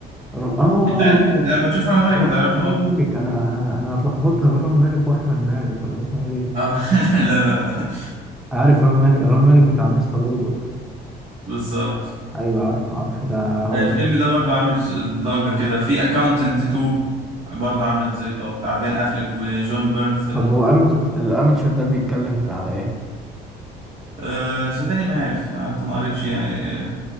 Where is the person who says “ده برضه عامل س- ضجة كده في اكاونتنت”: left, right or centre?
Right